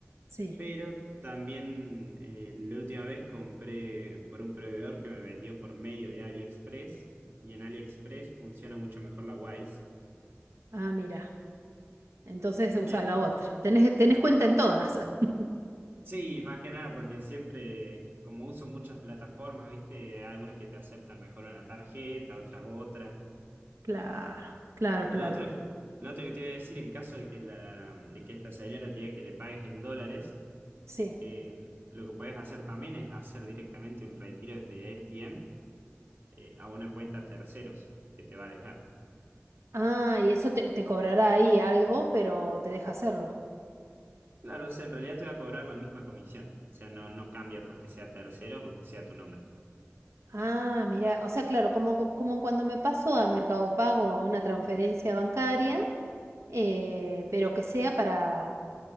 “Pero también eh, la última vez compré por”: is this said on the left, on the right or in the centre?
Right